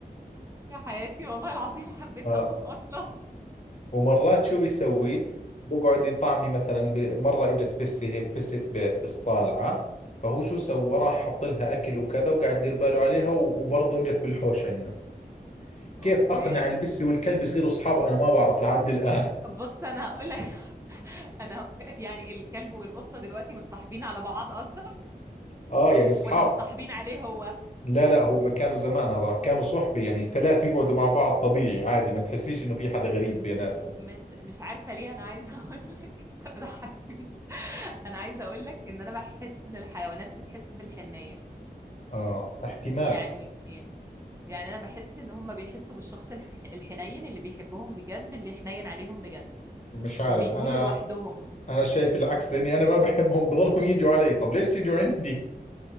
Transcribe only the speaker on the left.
آه.
ومرات شو بيسوي بقعد يطعمي مثلا ب- مرة اجت بسة هيك بسة بيت بس طالعة فهو شو سوى راح حط لها اكل وكذا وقاعد يدير باله عليها و- وبرضه اجت بالحوش عندنا كيف
اقنع البسة والكلب يصيروا اصحاب انا ما بعرف لحد الان <laughs>
اه يعني اصحاب
لا لا هم كانوا زمان هذا راح كانوا صحبة يعني الثلاث يقعدوا مع بعض طبيعي عادي ما تحسيش انه في حدا غريب بيناتهم
اه احتمال
مش عارف
انا
انا شايف العكس لاني انا ما بحبهم <laughs> بضلهم يجوا علي طب ليش تيجوا عندي